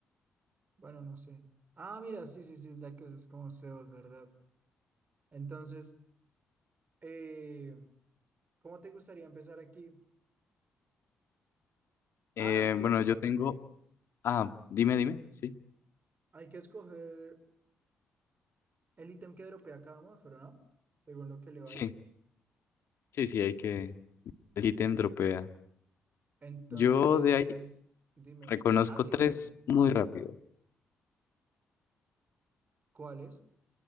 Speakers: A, on the right; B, on the left.
A: Bueno, no sé. Ah, mira, sí, sí, sí, es la que es como Zeus, ¿verdad? Entonces, eh, ¿cómo te gustaría empezar aquí?
B: Eh,
A: Ah, hay que
B: bueno, yo tengo. Ah, dime, dime. Sí.
A: Hay que escoger el ítem que dropea cada monstruo, ¿no? Según lo que le va
B: Sí.
A: ahí.
B: Sí, sí, hay que. El ítem dropea.
A: Entonces,
B: Yo de ahí
A: dime.
B: reconozco
A: Ah, sí,
B: tres
A: dime.
B: muy rápido.
A: ¿cuáles?